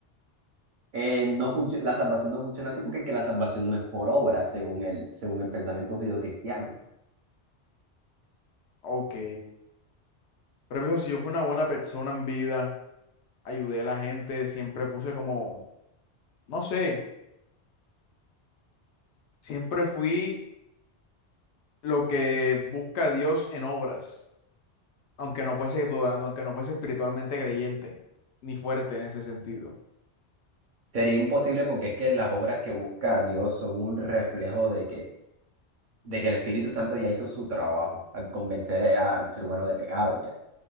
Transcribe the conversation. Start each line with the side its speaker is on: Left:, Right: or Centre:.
Right: Eh, no func- la salvación no funciona así porque es que la salvación no es por obra, según el, según el pensamiento judeocristiano.
Left: Ok. Pero pienso, si yo fui una buena persona en vida, ayudé a la gente, siempre puse como, no sé, siempre fui lo que busca Dios en obras. aunque no fuese total, aunque no fuese espiritualmente creyente, ni fuerte en ese sentido.
Right: Sería imposible porque es que las obras que busca Dios son un reflejo de que, de que el Espíritu Santo ya hizo su trabajo al convencer a- al ser humano de pecado, ya. O